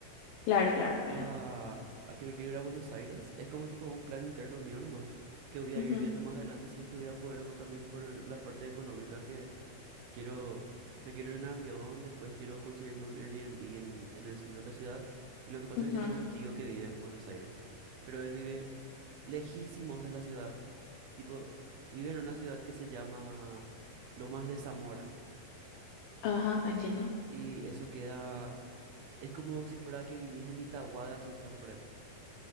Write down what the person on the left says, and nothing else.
Claro, claro, claro.
Ujú,
ujú.
Ajá, entiendo.